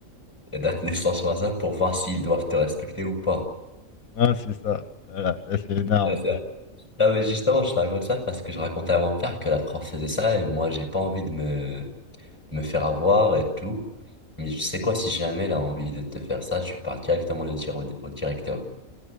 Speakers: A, on the left (about 20°); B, on the left (about 85°).
A: et date de naissance sur la simple pour voir s'ils doivent te respecter ou pas.
B: Ah, c'est ça. Voilà, ah, c'est énorme.
A: Ouais, c'est vrai. Non, mais justement, je te raconte ça parce que je racontais à mon père que la prof faisait ça et moi, j'ai pas envie de me me faire avoir et tout. Mais tu sais quoi, si jamais elle a envie de te faire ça, tu pars directement le dire au, au directeur.